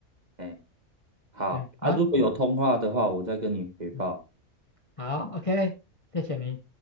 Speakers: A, on the right; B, on the left.
A: 哎，好啊，
B: 对好，
A: 如果有通话的话，我再跟你回报。
B: 嗯好，OK，谢谢你。